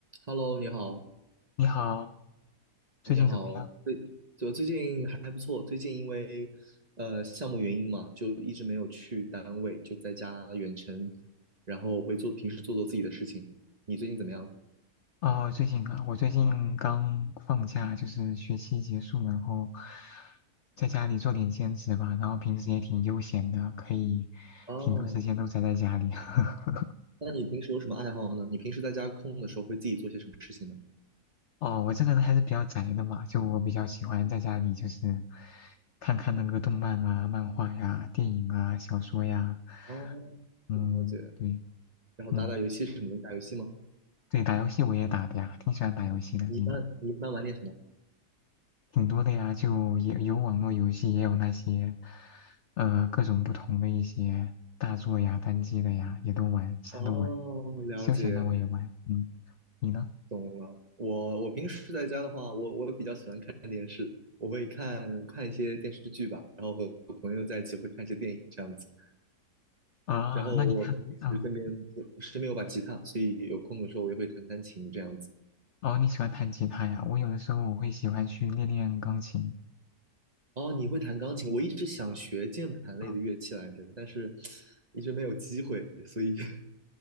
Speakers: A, on the right (about 30°); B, on the left (about 70°).
A: Hello，你好，
B: 你好，最近怎么样？
A: 你好，最就最近还不错，最近因为呃项目原因嘛，就一直没有去单位，就在家远程，然后会做平时做做自己的事情。你最近怎么样？
B: 哦，最近啊，我最近刚放假，就是学期结束，然后在家里做点兼职吧，然后平时也挺悠闲的，可以挺多时间都宅在家里。
A: 哦，
B: <laughs>
A: 那你平时有什么爱好呢？你平时在家空的时候会自己做些什么事情呢？
B: 哦，我这个人还是比较宅的嘛，就我比较喜欢在家里就是看看那个动漫啊、漫画呀、电影啊、小说呀，
A: 哦，
B: 嗯，
A: 了解。
B: 对，
A: 然后打打游戏什么的，
B: 嗯，
A: 你打游戏吗？
B: 对，打游戏我也打的呀，挺喜欢打游戏的。
A: 你一般你一般玩点什么？
B: 你呢？挺多的呀，就也有网络游戏，也有那些，呃，各种不同的一些大作呀、单机的呀，也都玩，啥都玩。
A: 哦，了解。
B: 休闲的我也玩，嗯，你呢？
A: 懂了。我我平时在家的话，我我比较喜欢看电视，我会看看一些电视剧吧，然后和朋友在一起会看一些电影这样子。
B: 啊，
A: 然后我平时身边有身边有把吉他，
B: 那你看，啊，
A: 所以有空的时候我也会弹弹琴这样子。
B: 哦，你喜欢弹吉他呀？我有的时候我会喜欢去练练钢琴。
A: 哦，你会弹钢琴？我一直想学键盘类的乐器来着，
B: 啊，
A: 但是一直没有机会，所以 <laughs>